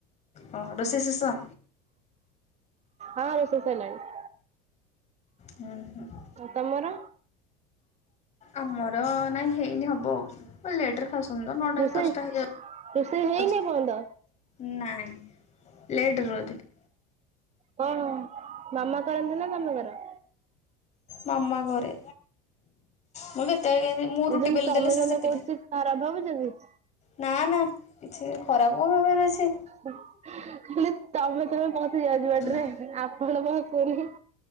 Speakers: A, on the left; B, on the right.
A: ଓ ହୋ ରୋଶେଇ ଶେଷ?
B: ହଁ ରୋଷେଇ ସଇଲାଣି।
A: ହୁଁ ହୁଁ।
B: ତମର?
A: ଆମର ନାଇଁ ହେଇନି ହବ ଆଉ। ଲେଟରେ ଖାାଉଛନ୍ତି ତ ନଅଟାରୁ
B: ରୋଷେଇ
A: ଦଶଟା ହେଇଯାଉଛି।
B: ରୋଷେଇ ହେଇନି ଏପର୍ଯ୍ୟନ୍ତ
A: ନାଇଁ, ଲେଟ <unintelligible>
B: କଣ ମାମା କରନ୍ତି ନା ତମେ କର?
A: ମାମା କରେ। ମୁଁ କେତେବେଳେ କେମିତି
B: ଦିଦି
A: ରୁଟି
B: ମୁଁ
A: ବେଲି
B: ତମେ
A: ଦେଲେ ସେ
B: ତମେ
A: ସେକିଦିଏ।
B: କହୁଛି ଖରାପ ଭାବୁଛ କ?
A: ନା ନା କିଛି ଖରାପ କଣ ଭବିବାର ଅଛି।
B: ଖାଲି ତମେ ତମେ ପସିଯାଉଛି ପାଟିରେ।
A: ନା
B: ଆପଣ ପସୁନି।